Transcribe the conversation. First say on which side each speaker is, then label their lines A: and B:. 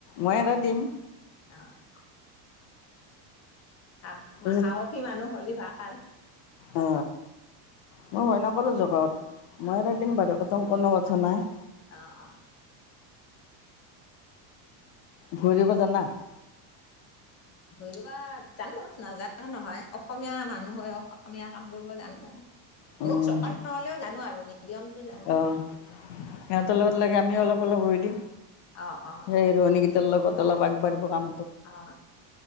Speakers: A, on the left (about 55°); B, on the left (about 30°).
A: মই আৰু দিম
B: অ'। াহ
A: তাৰপিছত
B: সাহসী মানুহ হ'লেি ভাল ভাল
A: অ মই হয় নকৰোঁ জগত মই
B: অ',
A: ৰা দিম বাৰু কথম কোনো কথা জনাই
B: অ অ
A: ভৰিব জানা
B: ভুই ৰুবা জানোঁ নাজানা নহয় অসমীয়া মানুহ হৈ অসমীয়া কাম কৰিব জানো। বহুত
A: উম,
B: চকা নহ'লেও জানোঁ আৰু মিডিয়ামটো জানোঁ।
A: অ'। সিহঁতৰ লগত লাগে আমিও অলপ অলপ ৰুই দিম
B: অ', অ',
A: সেই
B: অ',
A: ৰোৱনীকেইটাৰ লগত। <unintelligible> অলপ আগবাঢ়িব কাম
B: অ'।